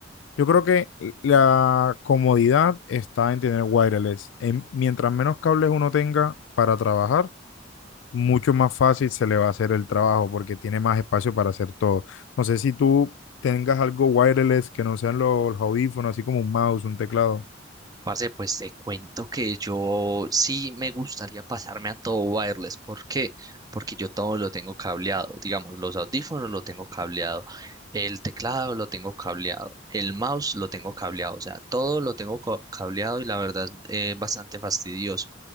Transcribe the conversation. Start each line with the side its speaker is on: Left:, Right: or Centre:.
Left: Yo creo que la comodidad está en tener wireless. En- mientras menos cables uno tenga para trabajar, mucho más fácil se le va a hacer el trabajo porque tiene más espacio para hacer todo. No sé si tú tengas algo wireless que no sean los, los audífonos, así como un mouse, un teclado.
Right: Parce, pues te cuento que yo sí me gustaría pasarme a todo wireless. ¿Por qué? Porque yo todo lo tengo cableado. Digamos, los audífonos lo tengo cableado. El teclado lo tengo cableado. El mouse lo tengo cableado. O sea, todo lo tengo co- cableado y la verdad es bastante fastidioso.